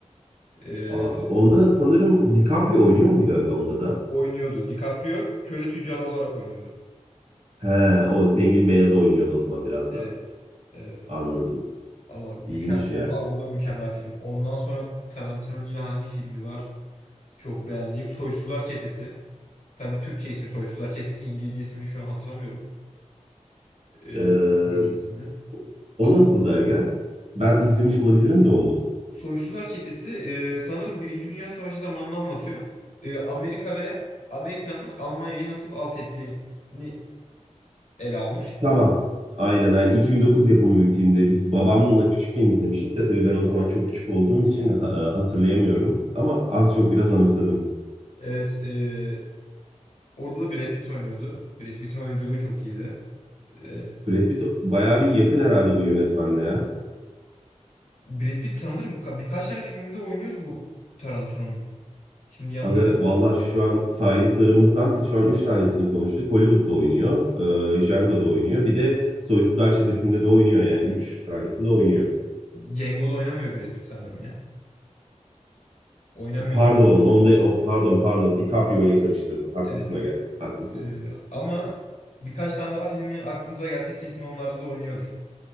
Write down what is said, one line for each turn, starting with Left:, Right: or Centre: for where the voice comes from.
Left: Ee,
Right: Aa, onda sanırım DiCaprio oynuyor muydu aga onda da?
Left: oynuyordu. DiCaprio köle tüccarı olarak oynuyordu.
Right: He o zengin beyazı oynuyordu o zaman biraz
Left: Evet.
Right: daha.
Left: Evet.
Right: Anladım.
Left: Ama mükemmel
Right: İyiymiş ya.
Left: o, da- o da mükemmel film. Ondan sonra Tarantino'nun yine hangi filmi var? Çok beğendiğim Soysuzlar Çetesi. Tabii Türkçe ismi Soysuzlar Çetesi. İngilizce ismini şu an hatırlamıyorum. Ee,
Right: Ee,
Left: İngilizce ismini.
Right: o
Left: Ama
Right: nasıldı aga? Ben izlemiş olabilirim de onu.
Left: Soysuzlar Çetesi e, sanırım Birinci Dünya Savaşı zamanını anlatıyor. E, Amerika ve Amerika'nın Almanya'yı nasıl alt ettiğini ele almış.
Right: Tamam. Aynen aynen. 2009 yapımı bir filmde. Biz babamla küçükken izlemiştik de tabii ben o zaman çok küçük olduğum için ha- e, hatırlayamıyorum. Ama az çok biraz anımsadım.
Left: Evet. e, orada da Brad Pitt oynuyordu. Brad Pitt'in oyunculuğu çok iyiydi. E,
Right: Brad Pitt bayağı bir yakın herhalde bu yönetmenle ya.
Left: Brad Pitt sanırım ka- birkaç tane filminde oynuyordu bu Tarantino'nun. Şimdi yanlış
Right: Aga
Left: olmasın.
Right: valla şu an saydıklarımızdan biz şu an 3 tanesini konuştuk. Hollywood'da oynuyor. E, Django'da oynuyor. Bir de Soysuzlar Çetesi'nde de oynuyor yani. üç tanesinde oynuyor.
Left: Django'da oynamıyor Brad Pitt sanırım ya. Oynamıyor.
Right: Pardon, onda o- pardon pardon DiCaprio ile karıştırdım. Haklısın
Left: Evet.
Right: aga. Haklısın.
Left: Ee, ama birkaç tane daha filmi aklımıza gelse kesin onlarda da oynuyordur.